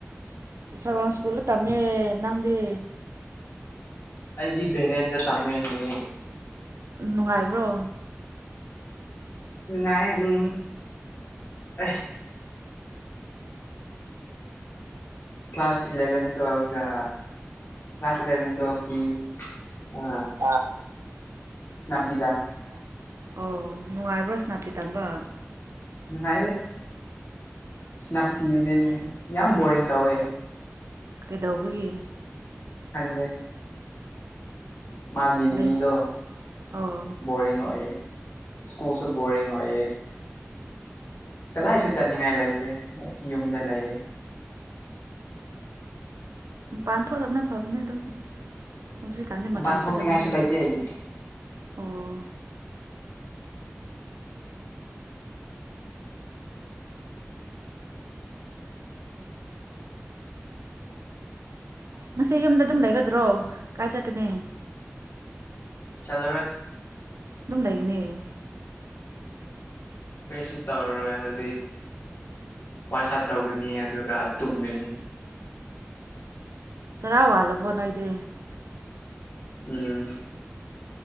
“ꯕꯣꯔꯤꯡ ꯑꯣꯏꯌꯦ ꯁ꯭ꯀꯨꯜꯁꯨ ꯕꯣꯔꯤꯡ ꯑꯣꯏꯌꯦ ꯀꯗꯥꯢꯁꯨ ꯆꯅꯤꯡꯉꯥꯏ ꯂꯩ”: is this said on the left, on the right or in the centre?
Left